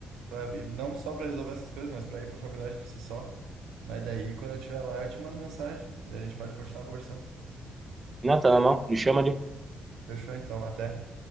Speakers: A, on the right; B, on the right.
A: pra, ir- não só pra resolver essas coisas, mas pra ir pra faculdade por si só. Mas daí, quando eu estiver lá, eu te mando mensagem, daí a gente pode continuar conversando.
B: Não, tá na mão, me chama ali.
A: Fechou então, até.